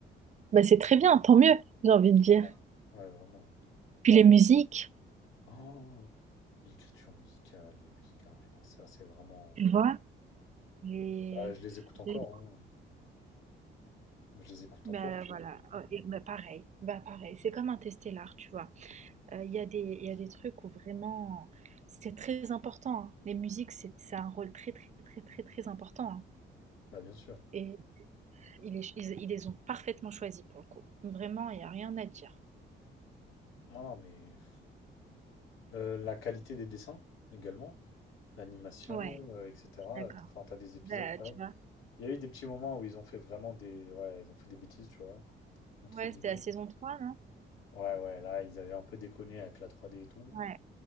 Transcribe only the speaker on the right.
bah, c'est très bien, tant mieux, j'ai envie de dire.
Puis les musiques,
tu vois, les.
les-
Bah
voilà,
Oh, et- bah, pareil, bah pareil, c'est comme un Interstellar, tu vois. Heu, il y a des il y a des trucs où vraiment c'est très important, hein. Les musiques, c'est ça a un rôle très, très, très, très, très important, hein
et ils les ils ils les ont parfaitement choisis pour le coup. Vraiment, il y a rien à dire.
Ouais,
d'accord.
Bah,
tu
vois?
Ouais,
c'était la saison 3 non?
Ouais,